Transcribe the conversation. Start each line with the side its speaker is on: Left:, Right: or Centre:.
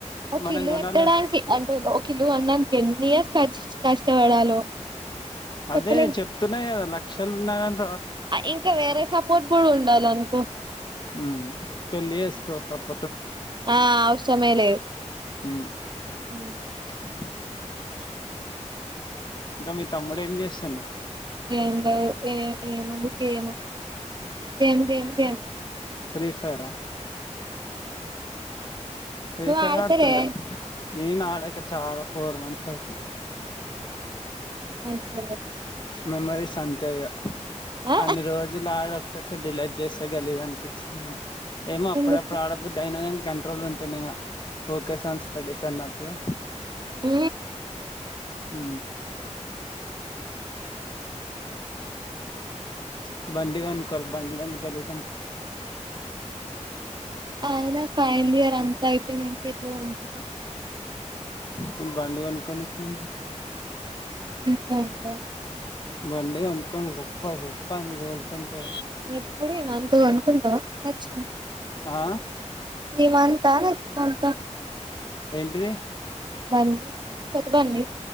Right: ఓ
Left: మనం
Right: కిలు
Left: కొనాల
Right: కట్టడానికి అంటే ఓ కిలు కొండానికి ఎన్ని ఇయర్స్ యచ్చి కష్టపడాలో చెప్పలేం
Left: అదే చెప్తున్నా కదా లక్షలు ఉన్న గని
Right: ఇంకా వేరే సపోర్ట్ కూడా ఉండాల అనుకో
Left: ఊ పెళ్లి ఏసుకో సప్పు
Right: ఆ ఔసమేలేదు
Left: ఉ
Right: అ
Left: క ఇంకా మీ తమ్ముడు ఏం చేస్తుండు
Right: ఏం లేదు ఏ ఏముంది ఏము ఏమి గమి గేమి
Left: ఫ్రీ ఫైరా రీఫైర్
Right: నువ్వు ఆడతలే
Left: ఆడుతున్నా నే నాడాక చాలా ఫోర్ మంత్స్ అయితుంది
Right: మంచిగ లేద్
Left: మెమరీస్ అంతే ఇగా
Right: ఆ
Left: అన్ని రోజులు ఆడ టేసే డిలీట్ చేస్త గలిజ్ అనిపించిన ఏమో అప్పుడ
Right: ఎందుకు
Left: ఆడబుద్దుయినా కానీ కంట్రోల్ ఉంటుంది ఇంకా ఫోకస్ ఆన్ స్టడీస్ అన్నట్టుగా
Right: ఊ
Left: ఉ ప్చ్ బండి కొనుకోవాల బండి లేనిది గలీజ్ అనిపిస్
Right: అయన ఫైనల్ ఇయర్ అంత అయిపోనంక ఎట్లానుకుంది
Left: నేను బండి కోనుకొనికది
Right: బికామ్ కా
Left: బండి కొనుకని సుప్పా సుప్పా అని తోలుతుంటే
Right: ఎప్పుడు ఈ మంతు కొనుకుంటవ నచ్చ
Left: ఆ
Right: ఈ మంతు తానె ఇస్మంత
Left: ఎంటిది
Right: బండి కొత్త ఒండి